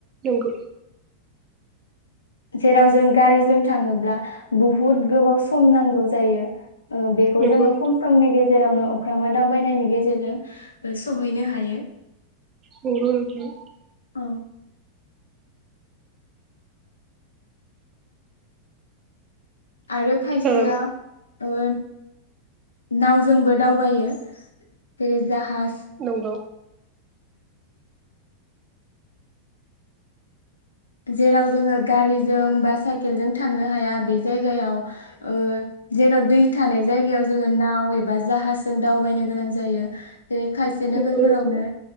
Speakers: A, on the right; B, on the left.
A: नंगौ
B: जेराव जों गारिजों थाङोब्ला बहुद गोबाव सम नांगौ जायो। ओ बेखौ
A: नंगौ
B: जोङो खम समनि गेजे जेरावनो अख्रांमा दावबायनायनि गेजेरजों सहैनो हायो
A: नंगौ नोंथां।
B: औ आरो खायसेया
A: ओ
B: ओ नावजोंबो दावबायो जेरै जाहाज
A: नोंगौ।
B: जेराव जोंङो गारिजों बा साइकेलजों थांनो हाया बे जायगायाव ओ जेराव दै थानाय जायगायाव जोंङो नाव एबा जाहाजजों दावबायनो गोनां जायो। जेरै खायसे नोगोरफोरावनो
A: नंगौ नोंथां